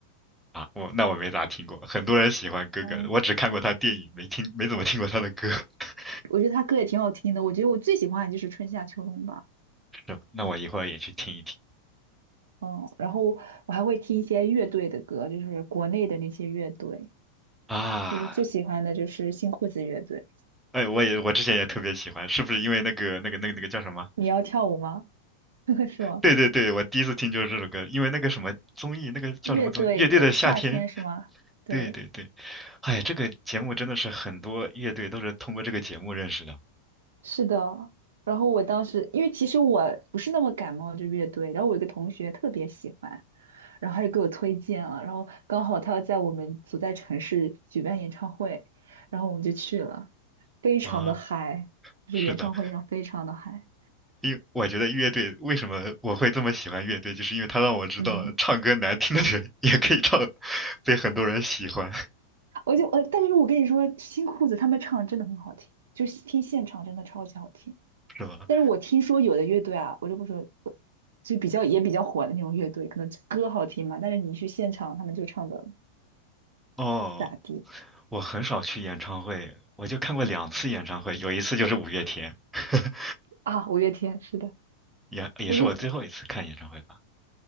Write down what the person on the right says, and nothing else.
嗯，
我觉得他歌也挺好听的，我觉得我最喜欢的就是春夏秋冬吧。
嗯，嗯然后我还会听一些乐队的歌，就是国内的那些乐队。
就是最喜欢的就是新裤子乐队。
你要跳舞吗？<laughs> 是吗？
乐队的夏天是吗？
对，
是的。然后我当时，因为其实我不是那么感冒这乐队，然后我有个同学特别喜欢，然后他就给我推荐了，然后刚好他要在我们所在城市举办演唱会，然后我们就去了，非常的嗨，
就是演唱会上非常的嗨。
嗯，
我就呃，但是我跟你说，新裤子他们唱得真的很好听，就是听现场真的超级好听。
但是我听说有的乐队啊，我就不说，就比较也比较火的那种乐队，可能歌好听嘛，但是你去现场，他们就唱的不
咋地
啊。五月天是的，
可是